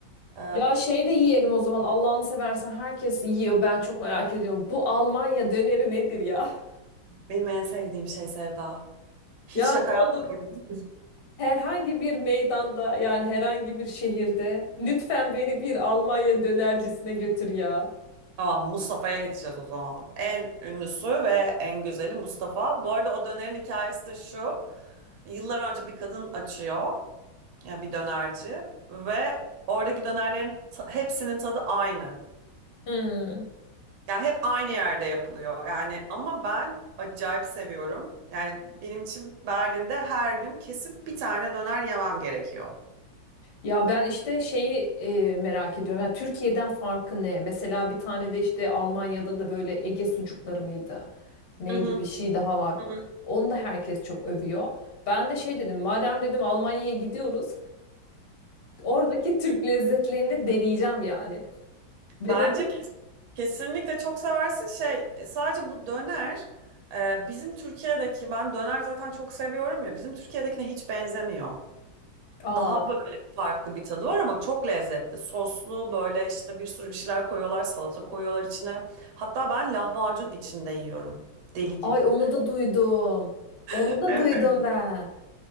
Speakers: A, on the right (about 80°); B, on the left (about 50°).
A: E,
B: Ya şey de yiyelim o zaman Allah'ını seversen herkes yiyor ben çok merak ediyorum. Bu Almanya döneri nedir ya? <laughs>
A: benim en sevdiğim şey Sevda. Hiç
B: Ya
A: şaka
B: ne olur
A: yapmıyorum.
B: herhangi bir meydanda yani herhangi bir şehirde lütfen beni bir Almanya dönercisine götür ya.
A: Tamam, Mustafa'ya gideceğiz o zaman. En ünlüsü ve en güzeli Mustafa. Bu arada o dönerin hikayesi de şu. Yıllar önce bir kadın açıyor. Ya bir dönerci ve oradaki dönerlerin ta- hepsinin tadı aynı.
B: Hmm.
A: Ya hep aynı yerde yapılıyor yani ama ben acayip seviyorum. Yani benim için Berlin'de her gün kesip bir tane döner yemem gerekiyor.
B: Ya ben işte şeyi e, merak ediyorum. Ya Türkiye'den farkı ne? Mesela bir tane de işte Almanya'da da böyle Ege sucukları mıydı? Neydi
A: Hı hı,
B: bir şey daha var.
A: hı hı.
B: Onu da herkes çok övüyor. Ben de şey dedim, madem dedim Almanya'ya gidiyoruz, Oradaki Türk lezzetlerini de deneyeceğim yani. Ve
A: Bence
B: dedim
A: kes- kesinlikle çok seversin. Şey e, sadece bu döner e, bizim Türkiye'deki ben döner zaten çok seviyorum ya bizim Türkiye'dekine hiç benzemiyor.
B: aa
A: Daha böyle farklı bir tadı var ama çok lezzetli. Soslu böyle işte bir sürü bir şeyler koyuyorlar, salata koyuyorlar içine. Hatta ben lahmacun içinde yiyorum. Deli gibi.
B: ay onu da duydum. Onu
A: <laughs>
B: da duydum ben.